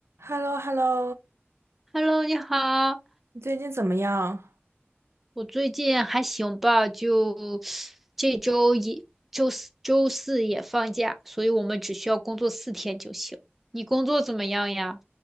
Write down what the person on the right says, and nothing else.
h e l l o h e l l o
你最近怎么样？